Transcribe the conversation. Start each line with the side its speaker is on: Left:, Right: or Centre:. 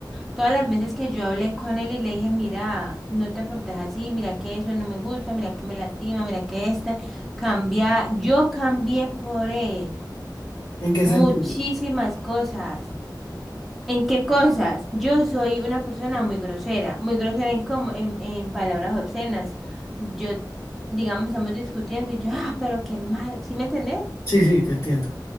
Centre: todas las veces que yo hablé con él y le dije, mira, no te portes así, mira que eso no me gusta, mira que me lastima, mira que este cambia, yo cambié por él,
Left: ¿En qué
Centre: muchísimas
Left: sentido?
Centre: cosas. ¿En qué cosas? Yo soy una persona muy grosera, muy grosera en cómo, en, en palabras obscenas. Yo, digamos, estamos discutiendo y yo, ah, pero qué mal, ¿sí me entendés?
Left: Sí, sí, te entiendo.